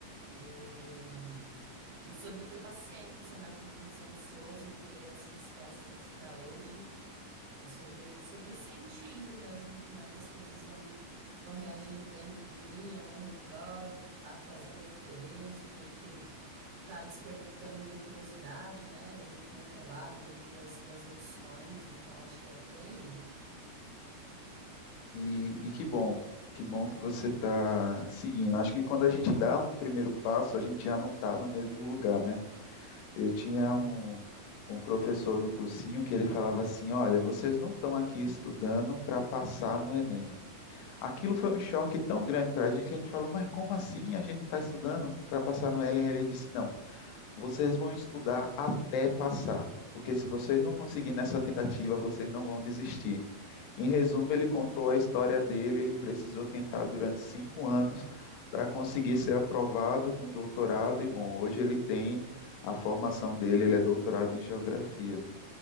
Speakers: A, on the right; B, on the left.
A: E, e sobre ter paciência, né? Também não ser ansioso, não querer as respostas para hoje. É sobre, sobre sentindo mesmo como é que as coisas vão vão reagindo dentro de mim, ao meu redor, o que tá fazendo eu feliz, o que que tá despertando a minha curiosidade, né, dentro do meu trabalho, dentro das, das opções, então acho que é por aí.
B: E, e que bom, que bom que você está seguindo. Acho que quando a gente dá um primeiro passo, a gente já não está no mesmo lugar, né? Eu tinha
A: É.
B: um, um professor do cursinho que ele falava assim: Olha, vocês não estão aqui estudando para passar no Enem. Aquilo foi um choque tão grande para a gente que a gente falou: Mas como assim a gente não está estudando para passar no Enem? Ele disse: Não, vocês vão estudar até passar, porque se vocês não conseguirem nessa tentativa, vocês não vão desistir. Em resumo, ele
A: Uhum.
B: contou a história dele. Ele precisou tentar durante cinco anos para conseguir ser aprovado no doutorado. E bom, hoje ele tem a formação dele, ele é doutorado em geografia.